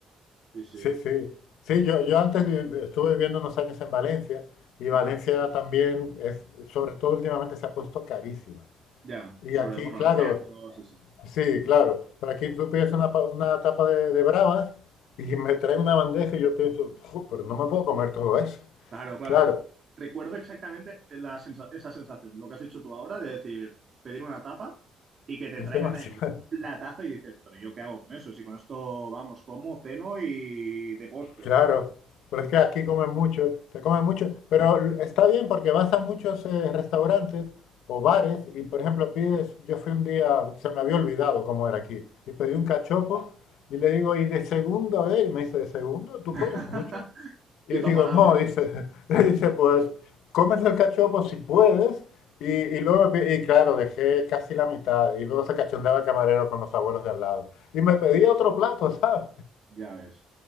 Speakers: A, on the right (about 50°); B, on the left (about 85°).
A: Sí, sí.
B: sí, sí. Sí, yo, yo antes vi- estuve viviendo unos años en Valencia y
A: Ajá.
B: Valencia también es, sobre todo últimamente se ha puesto carísima.
A: Ya,
B: Y
A: sobre,
B: aquí,
A: bueno,
B: claro,
A: el centro, sí, sí.
B: sí, claro, pero aquí tú pides una, pa- una tapa de, de bravas y me traen una bandeja y yo pienso, "Ju, pero no me puedo comer todo eso.
A: Claro, claro.
B: Claro,
A: Es que recuerdo exactamente la sensa- esa sensación, lo que has hecho tú ahora, de decir, pedir una tapa y que te
B: es
A: traigan
B: demasiado.
A: ahí un platazo y dices, pero ¿yo qué hago con eso? Si con esto, vamos, como, ceno y de postre.
B: Claro, pero es que aquí comen mucho, se come mucho, pero l- está bien porque vas a muchos eh, restaurantes o bares y, por ejemplo, pides, yo fui un día, se me había olvidado cómo era aquí, y pedí un cachopo y le digo, ¿y de segundo? a él? Y me dice, ¿de segundo? ¿Tú
A: <laughs>
B: comes mucho? Y
A: Quieto
B: digo,
A: parado,
B: no,
A: ¿no?
B: dice, <laughs> le dice, pues, comes el cachopo si puedes. Y, y luego, me pi- y claro, dejé casi la mitad y luego se cachondeaba el camarero con los abuelos de al lado. Y me pedía otro plato, <laughs> ¿sabes?
A: Ya ves.